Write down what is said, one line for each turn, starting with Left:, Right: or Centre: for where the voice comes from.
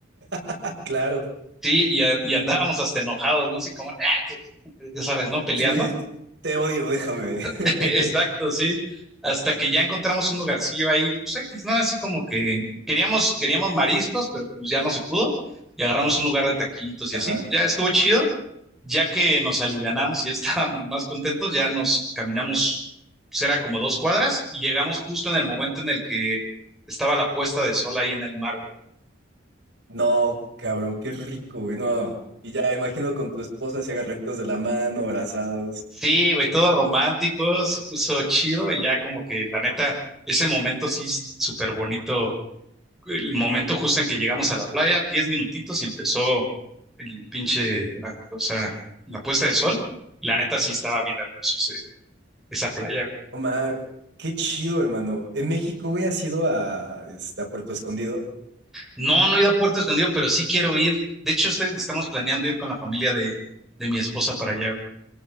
Right: <laughs> Claro.
Centre: sí, y, a- y andábamos hasta enojados, ¿no? Así como, "Ah, que-", ya sabes, ¿no? Peleando.
Right: Sí, te odio, déjame. <laughs>
Centre: <laughs> Exacto, sí. Hasta que ya encontramos un lugarcillo ahí, pues X, nada, así como que queríamos, queríamos mariscos, pero pues ya no se pudo. Y agarramos un lugar de taquitos
Right: Ajá.
Centre: y así. Ya estuvo chido. Ya que nos alivianamos y ya <laughs> estábamos más contentos, ya nos caminamos, pues era como dos cuadras y llegamos justo en el momento en el que estaba la puesta de sol ahí en el mar. güey.
Right: No, cabrón, qué rico, güey. No. Y ya imagino con tu esposa si hagan rectos de la mano, abrazados.
Centre: Sí, güey, todo romántico, se puso chido y ya como que la neta, ese momento sí es súper bonito el momento justo en que llegamos a la playa, 10 minutitos y empezó el pinche, ay, o sea, la puesta de sol. La neta sí estaba bien hermoso ese- esa playa.
Right: Omar, qué chido, hermano. En México, güey, has ido a, este, a Puerto Escondido.
Centre: No, no he ido a Puerto Escondido, pero sí quiero ir. De hecho, este- estamos planeando ir con la familia de, de mi esposa para allá. güey.